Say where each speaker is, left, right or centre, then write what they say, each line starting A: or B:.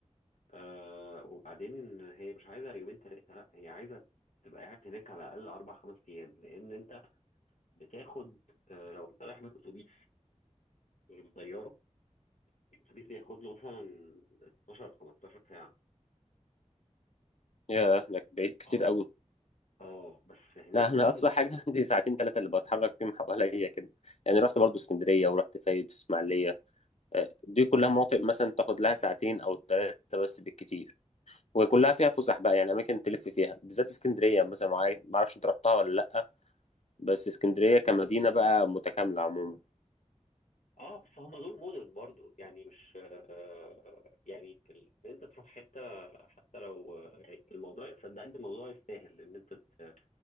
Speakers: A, on the left; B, on the left.
A: آه وبعدين هي مش عايزة يومين تلاتة لا هي عايزة تبقى قاعد هناك على الأقل أربع خمس أيام لأن أنت بتاخد آه لو أنت رايح بالأتوبيس غير الطيارة الأتوبيس بياخد له مثلا 12 15 ساعة
B: ياه ده بعيد كتير
A: اه
B: قوي
A: اه بس هناك
B: لا انا
A: بقى
B: اقصى حاجه <laughs> عندي ساعتين ثلاثه اللي بتحرك فيهم حواليا كده يعني رحت برضو اسكندريه ورحت فايد اسماعيليه آه، دي كلها مناطق مثلا تاخد لها ساعتين او ثلاثه بس بالكتير وكلها فيها فسح بقى يعني اماكن تلف فيها بالذات اسكندريه مثلا معاك- ما اعرفش انت رحتها ولا لا بس اسكندريه كمدينه بقى متكامله عموما
A: اه بس هما دول مدن برضو يعني مش آه يعني ال- ان انت تروح حته حتى لو آه، يعني الموضوع صدقني الموضوع يستاهل ان انت ت-